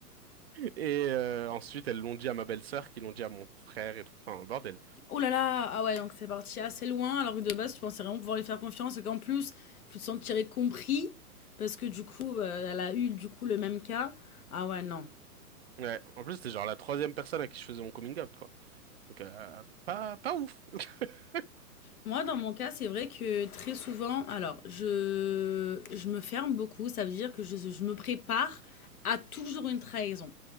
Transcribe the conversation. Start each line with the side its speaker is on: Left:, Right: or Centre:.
Right: Et euh, ensuite, elles l'ont dit à ma belle-sœur, qui l'ont dit à mon frère et tout. Enfin, bordel.
Left: Oh là là! Ah ouais, donc c'est parti assez loin, alors que de base, tu pensais vraiment pouvoir lui faire confiance et qu'en plus, tu te sentirais compris parce que du coup, heu, elle a eu, du coup, le même cas. Ah ouais, non.
Right: Ouais. En plus, c'était genre la troisième personne à qui je faisais mon coming out, quoi. Donc, euh, pas, pas ouf. <laughs>
Left: Moi, dans mon cas, c'est vrai que très souvent, alors, je, je me ferme beaucoup. Ça veut dire que je, je me prépare à toujours une trahison.